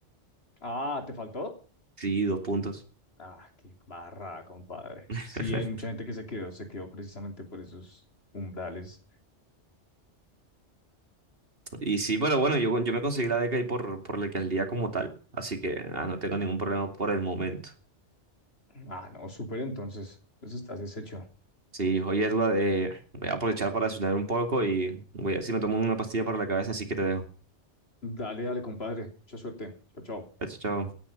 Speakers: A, on the left; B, on the right.
A: Ah, ¿te faltó?
B: Sí, dos puntos.
A: Ah, qué barra, compadre.
B: <laughs>
A: Sí, hay mucha gente que se quedó, se quedó precisamente por esos umbrales.
B: Y sí, pero bueno, yo, yo me conseguí la beca ahí por, por la alcaldía como tal, así que ah, no tengo ningún problema por el momento.
A: Ah, no, súper entonces. Entonces estás deshecho.
B: Sí, oye, Edward, eh, voy a aprovechar para sonar un poco y voy a, si me tomo una pastilla para la cabeza, así que te dejo.
A: Dale, dale, compadre. Mucha suerte. Chao, chao.
B: Chao, chao.